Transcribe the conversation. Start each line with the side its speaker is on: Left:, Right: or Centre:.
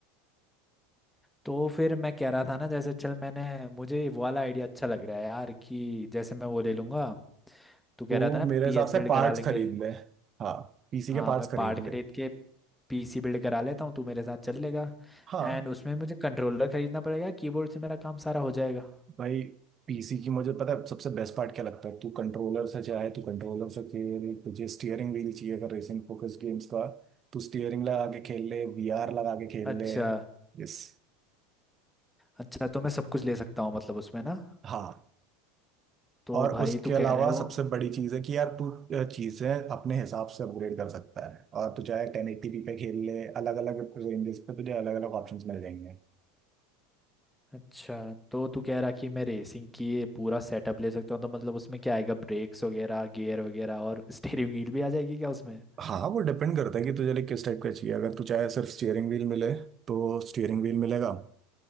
Centre: तो फिर मैं कह रहा था ना जैसे चल मैंने मुझे वो वाला आइडिया अच्छा लग रहा है यार कि जैसे मैं वो ले लूंगा तू कह
Right: तो
Centre: रहा था ना
Right: मेरे
Centre: पीएस
Right: हिसाब से
Centre: बिल्ड
Right: पार्ट्स
Centre: करा लेंगे
Right: खरीद ले हाँ पीसी
Centre: हाँ
Right: के पार्ट्स
Centre: मैं
Right: खरीद
Centre: पार्ट खरीद
Right: ले
Centre: के पीसी बिल्ड करा लेता हूँ तू मेरे साथ चल लेगा
Right: हाँ
Centre: एंड उसमें मुझे कंट्रोलर खरीदना पड़ेगा कीबोर्ड से मेरा काम सारा हो जाएगा
Right: भाई पीसी की मुझे पता है सबसे बेस्ट पार्ट क्या लगता है तू कंट्रोलर से चाहे तू कंट्रोलर से खेल तुझे स्टीयरिंग व्हील चाहिए अगर रेसिंग फोकस गेम्स का तू स्टीयरिंग लगा के खेल ले वीआर लगा के खेल
Centre: अच्छा
Right: ले यस
Centre: अच्छा तो मैं सब कुछ ले सकता हूँ मतलब उसमें ना
Right: हाँ
Centre: तो
Right: और
Centre: भाई
Right: उसके
Centre: तू
Right: अलावा
Centre: कह रहा है वो
Right: सबसे बड़ी चीज है कि यार तू अ, चीजें अपने हिसाब से अपग्रेड कर सकता है और तू चाहे टेन एटीपी पे खेल ले अलग अलग रेंजेस पे तुझे अलग अलग ऑप्शंस मिल जाएंगे
Centre: अच्छा तो तू कह रहा कि मैं रेसिंग की ये पूरा सेटअप ले सकता हूँ तो मतलब उसमें क्या आएगा ब्रेक्स वगैरह गियर वगैरह और स्टीयरिंग व्हील भी आ जाएगी क्या उसमें
Right: हाँ वो डिपेंड करता है कि तुझे like किस टाइप का चाहिए अगर तू चाहे सिर्फ स्टीयरिंग व्हील मिले तो स्टीयरिंग व्हील मिलेगा